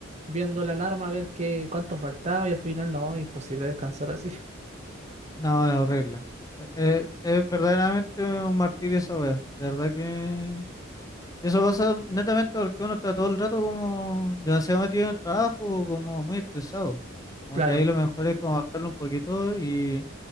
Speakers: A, on the right; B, on the left.
A: viendo la alarma a ver qué, cuánto faltaba y al final no, imposible descansar así. <laughs>
B: no, es horrible. Eh, eh, es verdaderamente un martirio esa web. De verdad que... Y Eso pasa netamente porque uno está todo el rato como demasiado metido en el trabajo, como muy estresado. Como
A: Claro,
B: que ahí lo mejor es como bajarlo un poquito y,